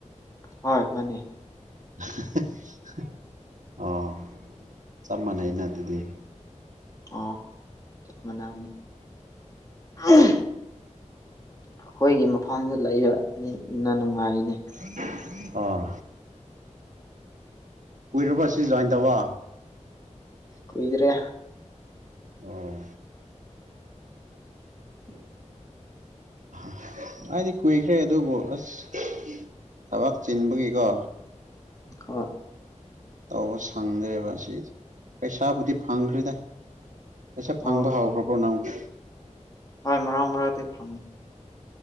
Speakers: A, on the left (about 30°); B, on the right (about 80°).
A: ꯍꯣꯏ ꯃꯥꯅꯤ
B: <unintelligible> ꯑꯣ ꯆꯞ ꯃꯥꯟꯅꯩꯅ ꯑꯗꯨꯗꯤ
A: ꯑꯣ ꯆꯞꯃꯥꯟꯅꯕꯅꯤ <unintelligible> ꯑꯩꯈꯣꯏꯒꯤ ꯃꯐꯝꯗꯨ ꯂꯩꯕꯅꯤꯅ ꯅꯨꯡꯉꯥꯏꯅꯦ
B: <unintelligible> ꯑꯥ ꯀꯨꯏꯔꯕ ꯁꯤ ꯖꯣꯏꯟ ꯇꯧꯕ
A: ꯀꯨꯏꯗ꯭ꯔꯦ
B: ꯑꯣ
A: <inaudible>
B: <unintelligible> ꯑꯩꯗꯤ ꯀꯨꯏꯈ꯭ꯔꯦ ꯑꯗꯨꯕꯨ ꯑꯁ ꯊꯕꯛ ꯆꯤꯟꯕꯒꯤꯀꯣ
A: ꯍꯣꯏ꯫
B: ꯇꯧꯕ ꯁꯪꯗ꯭ꯔꯦꯕ ꯑꯁꯤ ꯄꯩꯁꯥꯕꯨꯗꯤ ꯐꯪꯈ꯭ꯔꯦꯗ ꯄꯩꯁꯥ
A: ꯍꯣꯏ
B: ꯐꯪꯕ ꯍꯥꯎꯈ꯭ꯔꯕꯣ ꯅꯪꯕꯣ꯫
A: ꯍꯣꯏ ꯃꯔꯥꯛ ꯃꯔꯥꯛꯗꯤ ꯐꯪꯏ꯫